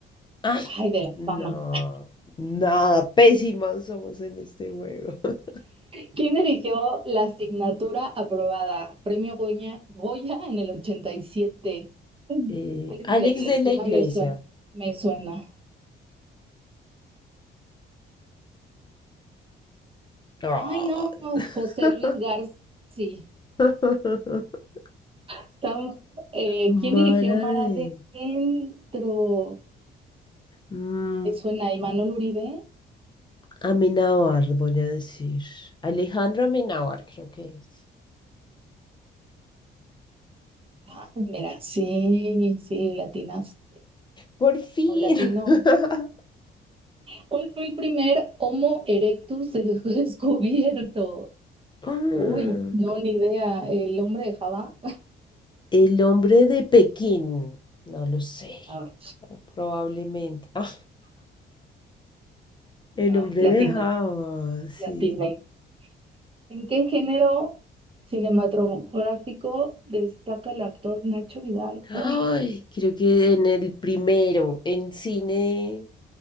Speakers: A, on the left; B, on the right.
A: Ah,
B: Ay, de la
A: no.
B: fama.
A: Nada, pésimas somos en este juego. <laughs>
B: ¿Quién dirigió la asignatura aprobada? Premio Goya, Goya en el 87?
A: Eh,
B: Alex
A: Alex
B: de la Iglesia,
A: de la Iglesia.
B: me suena. Me suena.
A: Ah,
B: Ay, no,
A: <laughs>
B: José Luis García.
A: <laughs>
B: Estaba- eh,
A: Mara
B: ¿quién dirigió Mar
A: de...
B: Adentro?
A: Mm,
B: Me suena, ¿y Manuel Uribe?
A: Amenábar, voy a decir. Alejandro Amenábar, creo que es.
B: Ah, mira, sí, sí, latinas
A: Por fin.
B: o latino.
A: <laughs>
B: ¿Cuál fue el primer Homo erectus de- <laughs> descubierto?
A: Mm,
B: Uy, no, ni idea. ¿El hombre de Java?
A: El hombre de Pekín. No lo sé.
B: A ver,
A: Probablemente. Ah, el
B: ah,
A: hombre
B: le
A: de
B: atiné,
A: Java, sí.
B: le atiné. ¿En qué género cinematográfico destaca el actor Nacho Vidal?
A: Ay,
B: Uy,
A: creo que en el primero, en cine